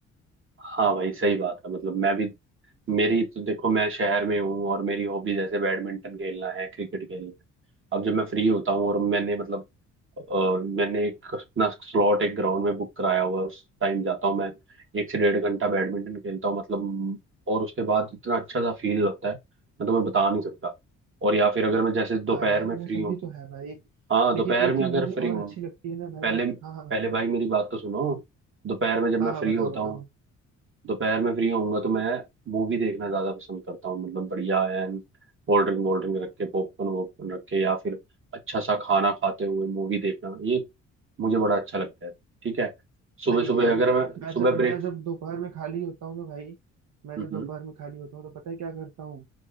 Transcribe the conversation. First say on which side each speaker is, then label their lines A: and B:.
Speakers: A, on the right (about 45°); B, on the right (about 65°).
A: हाँ भाई सही बात है मतलब मैं भी मेरी तो देखो मैं शहर में हूँ और मेरी हॉबी जैसे बैडमिंटन खेलना है क्रिकेट खेलना है अब जब मैं फ्री होता हूँ और मैंने मतलब अ, मैंने एक अपना स्लॉट एक ग्राउंड में बुक कराया हुआ है उस टाइम जाता हूँ मैं एक से डेढ़ घंटा बैडमिंटन खेलता हूँ मतलब और उसके बाद इतना अच्छा सा फील लगता है मैं तुम्हें बता नहीं सकता और या फिर अगर मैं जैसे दोपहर
B: हाँ यार
A: में
B: वो
A: फ्री
B: सब
A: हूँ
B: भी तो है भाई
A: हाँ
B: लेकिन
A: दोपहर
B: एक
A: में
B: चीज
A: अगर
B: मुझे और
A: फ्री हूँ
B: अच्छी लगती है ना भाई
A: पहले
B: हाँ हाँ
A: पहले भाई मेरी बात तो सुनो दोपहर में जब मैं
B: हाँ हाँ
A: फ्री
B: बताओ
A: होता
B: बताओ
A: हूँ दोपहर में फ्री होऊंगा तो मैं मूवी देखना ज्यादा पसंद करता हूँ मतलब बढ़िया एंड कोल्ड ड्रिंक वोल्ड ड्रिंक रख के पॉपकॉर्न वॉपकॉर्न रख के या फिर अच्छा सा खाना खाते हुए मूवी देखना ये मुझे बड़ा अच्छा लगता है ठीक है सुबह
B: नहीं
A: सुबह
B: यार
A: अगर मैं
B: मैं
A: सुबह
B: जब
A: ब्रेक
B: मैं जब दोपहर में खाली होता हूँ ना भाई मैं
A: हम्म
B: जब दोपहर में खाली होता हूँ तो पता है क्या करता हूँ